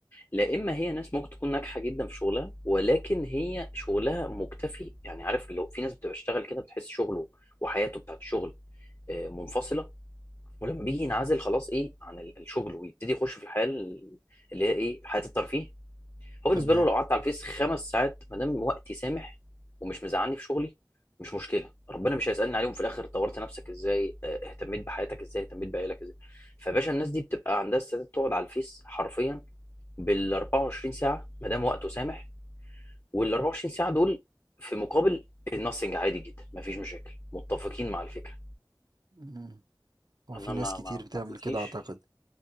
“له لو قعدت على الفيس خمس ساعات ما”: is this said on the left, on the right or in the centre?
Left